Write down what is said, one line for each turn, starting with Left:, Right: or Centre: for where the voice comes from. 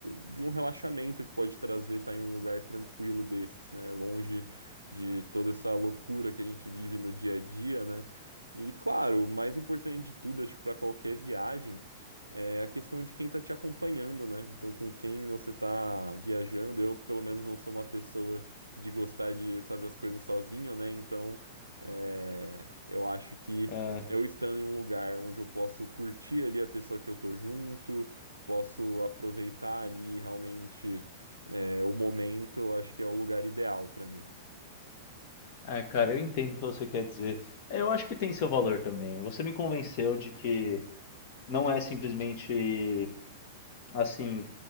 Right: de um relaxamento que pode trazer estar em um lugar tranquilo desses, né? Longe de toda essa loucura que a gente vive no dia a dia, né? E, claro, o mais importante de tudo, acho que para qualquer viagem é a questão de quem está te acompanhando, né? Então, com quem você está viajando, eu pelo menos não sou uma pessoa de gostar de fazer as coisas sozinho, né? Então, é, eu acho que
Left: É,
Right: eu estando em um lugar onde eu posso curtir ali a pessoa que eu tô junto, posso aproveitar ali realmente é, o momento, eu acho que é o lugar ideal para mim.
Left: É, cara, eu entendo o que você quer dizer. É, Eu acho que tem seu valor também. Você me convenceu de que não é simplesmente assim,